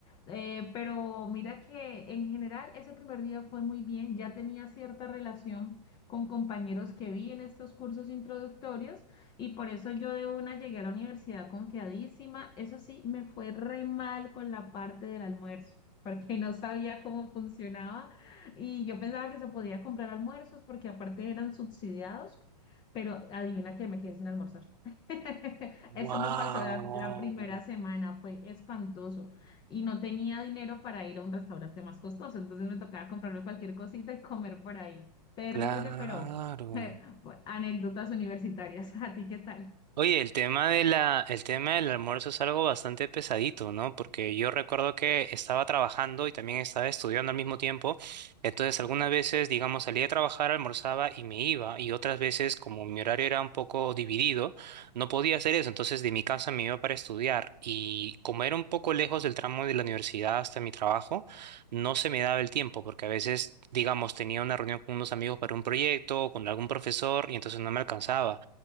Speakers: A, on the left (about 20°); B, on the right (about 80°).
A: Eh, pero mira que en general ese primer día fue muy bien, ya tenía cierta relación con compañeros que vi en estos cursos introductorios y por eso yo de una llegué a la universidad confiadísima. Eso sí, me fue re mal con la parte del almuerzo. porque no sabía cómo funcionaba y yo pensaba que se podía comprar almuerzos porque aparte eran subsidiados. Pero adivina que me quedé sin almorzar. <laughs> Eso
B: Wow,
A: me pasó la, la primera semana, fue espantoso. Y no tenía dinero para ir a un restaurante más costoso, entonces me tocaba comprarme cualquier cosita y comer por ahí. Terrible,
B: claro.
A: pero <laughs> bueno, anécdotas universitarias. <laughs> ¿A ti qué tal?
B: Oye, el tema de la, el tema del almuerzo es algo bastante pesadito, ¿no? Porque yo recuerdo que estaba trabajando y también estaba estudiando al mismo tiempo. Entonces, algunas veces, digamos, salía a trabajar, almorzaba y me iba. Y otras veces, como mi horario era un poco dividido, no podía hacer eso. Entonces, de mi casa me iba para estudiar. Y como era un poco lejos del tramo de la universidad hasta mi trabajo, no se me daba el tiempo, porque a veces, digamos, tenía una reunión con unos amigos para un proyecto o con algún profesor y entonces no me alcanzaba.